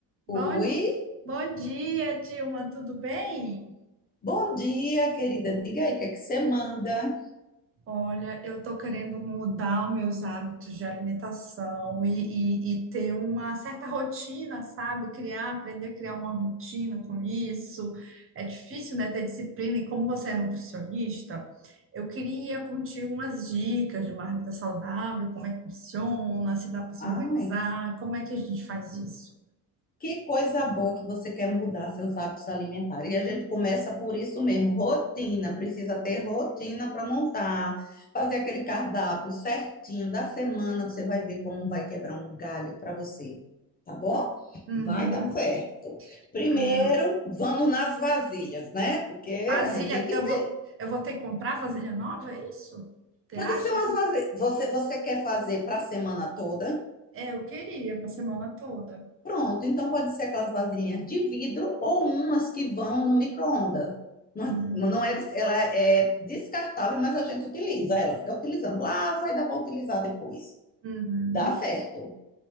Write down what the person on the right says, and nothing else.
Bom,
bom dia, Dilma, tudo bem?
Olha, eu tô querendo mudar os meus hábitos de alimentação e, e, e ter uma certa rotina, sabe? Criar, aprender a criar uma rotina com isso. É difícil, né, ter disciplina. E como você é nutricionista, eu queria contigo umas dicas de marmita saudável, como é que funciona, se dá para se
organizar, como é que a gente faz isso?
Uhum.
Ah.
Vasilha,
eu
vou, eu vou ter que comprar vasilha nova, é isso? Você
acha
assim?
É, eu queria para semana toda.
Hum,
uhum,